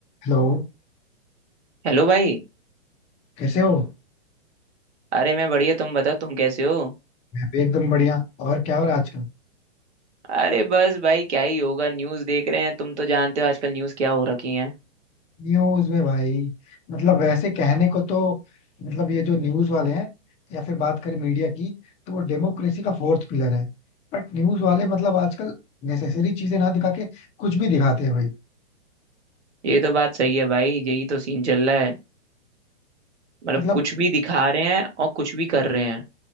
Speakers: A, on the left (about 20°); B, on the right (about 75°).
A: हेलो
B: हेलो भाई
A: कैसे हो
B: अरे मैं बढ़िया तुम बताओ तुम कैसे हो
A: मैं भी एकदम बढ़िया और क्या हो रहा है आजकल
B: अरे बस भाई क्या ही होगा न्यूज़ देख रहे हैं तुम तो जानते हो आजकल न्यूज़ क्या हो रखी है
A: न्यूज में भाई मतलब वैसे कहने को तो मतलब ये जो न्यूज वाले हैं या फिर बात करें मीडिया की तो वो डेमोक्रेसी का फोर्थ पिलर है बट न्यूज वाले मतलब आजकल नेसेसरी चीजें ना दिखा के कुछ भी दिखाते हैं भाई
B: ये तो बात सही है भाई यही तो सीन चल रहा है मतलब
A: मतलब
B: कुछ भी दिखा रहे हैं और कुछ भी कर रहे हैं